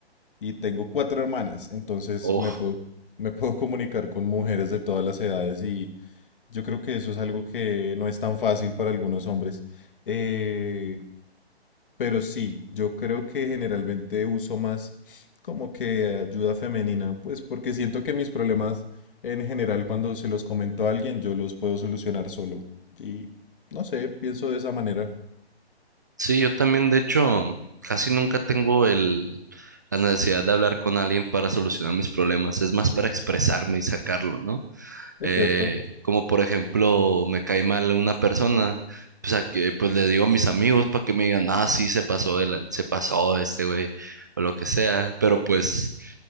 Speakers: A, on the left (about 50°); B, on the right (about 15°).
A: y tengo cuatro hermanas, entonces
B: Oh,
A: me puedo, <laughs> me puedo comunicar con mujeres de todas las edades y yo creo que eso es algo que no es tan fácil para algunos hombres. Eh, pero sí, yo creo que generalmente uso más como que ayuda femenina, pues porque siento que mis problemas en general cuando se los comento a alguien yo los puedo solucionar solo. Y no sé, pienso de esa manera.
B: sí, yo también, de hecho, casi nunca tengo el, la necesidad de hablar con alguien para solucionar mis problemas. Es más para expresarme y sacarlo, ¿no?
A: Es
B: eh,
A: cierto.
B: como por ejemplo me cae mal una persona, pues, a que, pues le digo a mis amigos para que me digan, ah, sí, se pasó, de la- se pasó este güey, o lo que sea, pero pues